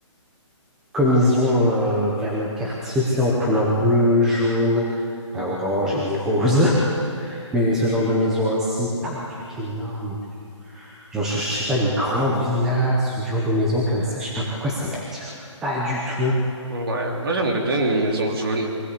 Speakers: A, in the centre; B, on the right.
A: comme ils ont euh, vers nos quartiers, tu sais, en couleur bleue, jaune, pas orange et ni rose. <laughs> Mais ce genre de maison ainsi, pas un truc énorme. Genre, je, je sais pas, les grandes villas, ce genre de maison comme ça, je sais pas pourquoi ça m'attire pas du tout.
B: Ouais, moi j'aimerais bien une maison jaune.